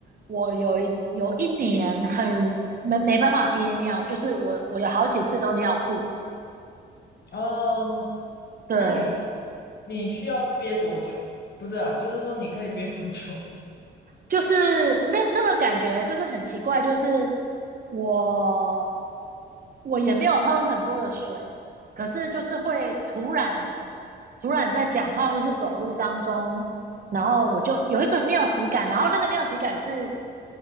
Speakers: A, on the right; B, on the left.
A: 我有一有一年很没没办法憋尿，就是我我有好几次都尿裤子。
B: 哦，
A: 对，
B: 那你你需要憋多久？不是啊，就是说你可以憋多久？<laughs>
A: 就是那那个感觉就是很奇怪，就是我我也没有喝很多的水，可是就是会突然突然在讲话或是走路当中，然后我就有一个尿急感，然后那个尿急感是